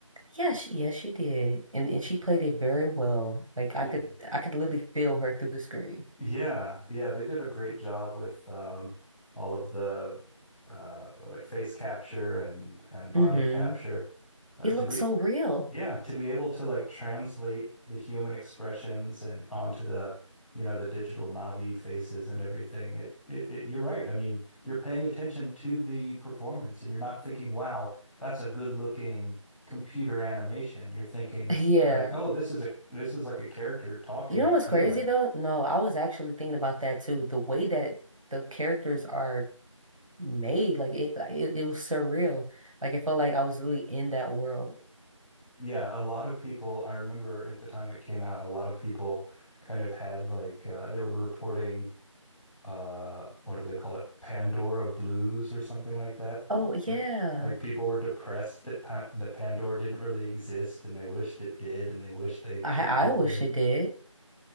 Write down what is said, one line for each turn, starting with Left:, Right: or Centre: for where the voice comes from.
Right: Yeah, she, yes, she did. And and she played it very well. Like I
Centre: She
Right: could
Centre: did.
Right: I could literally feel her through the screen.
Centre: Yeah, yeah, they did a great job with um, all of the uh, like face capture and and body
Right: Mm-hmm.
Centre: capture. Uh,
Right: It
Centre: to
Right: looked
Centre: be
Right: so real.
Centre: Yeah, to be able to like translate the human expressions and onto the, you know, the digital Navi faces and everything. It, it, it you're right. I mean, you're paying attention to the performance and you're not thinking, wow, that's a good looking computer animation. You're thinking
Right: Yeah.
Centre: like, oh, this is a this is like a character talking
Right: You know
Centre: and
Right: what's
Centre: feeling.
Right: crazy though? No, I was actually thinking about that too. The way that the characters are made, like it, like, it, it was surreal. Like it felt like I was really in that world.
Centre: Yeah, a lot of people, I remember at the time it came out, a lot of people kind of had like uh, they were reporting uh what do they call it Pandora blues or something like that
Right: Oh yeah.
Centre: like like people were depressed that pa that Pandora didn't really exist and they wished it did and they wished they
Right: I
Centre: could live
Right: I wish
Centre: there
Right: it did.